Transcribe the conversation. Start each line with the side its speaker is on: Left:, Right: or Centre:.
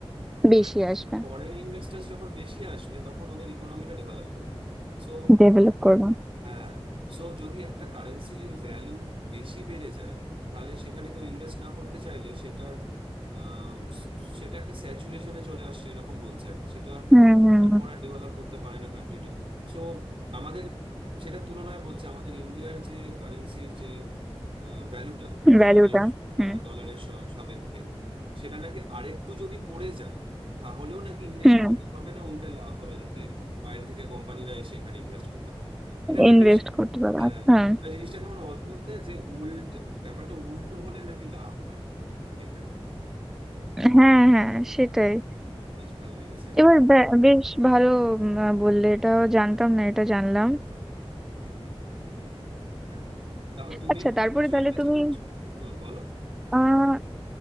Right: এবার
Centre: বেশি আসবে
Right: ফরেন ইনভেস্টার যখন বেশি আসবে তখন ওদের ইকোনমিটা ডেভেলপ করবে সো
Centre: ডেভেলপ করবে
Right: হ্যাঁ সো যদি একটা কারেন্সির ভ্যালু বেশি বেড়ে যায় তাহলে সেখানে কেউ ইনভেস্ট না করতে চাইলে সেটার আম, সেটা একটা স্যাচুরেশনে চলে আসছে এরকম বলছে আর কি। সেটা
Centre: হুম হুম
Right: ওটা করা ডেভেলপ করতে পারে না কান্ট্রিটা সো আমাদের সেটার তুলনায় বলছে আমাদের ইন্ডিয়ার যে কারেন্সির যে ভ্যালুটা ডলারের
Centre: ভ্যালুটা হুম value
Right: ডলারের সাপেক্ষে সেটা নাকি আরেকটু যদি পড়ে যায় তাহলেও নাকি ইন্ডিয়ার
Centre: টা,
Right: ক্ষতি
Centre: হুম
Right: হবে না উল্টে লাভ হবে যাতে বাইরে থেকে কোম্পানিরা এসে এখানে ইনভেস্ট করতে পারে এটা একটা
Centre: ইনভেস্ট
Right: বেশ
Centre: করতে পারবে
Right: হ্যাঁ
Centre: হ্যাঁ
Right: মানে জিনিসটা কেমন অদ্ভুত না যে উল্ট ব্যাপারটা উল্টো হলে নাকি লাভ হয় এখানে
Centre: হ্যাঁ হ্যাঁ সেটাই
Right: বেশ ভালো লেগেছে এটা
Centre: এবার বে- বেশ ভালো উম, আহ, বললে এটাও জানতাম না এটা জানলাম
Right: হ্যাঁ তারপর তুমি
Centre: আচ্ছা
Right: কি
Centre: তারপরে
Right: কিছু
Centre: তাহলে
Right: ইনভেস্ট
Centre: তুমি
Right: করছো হুম বলো
Centre: আহ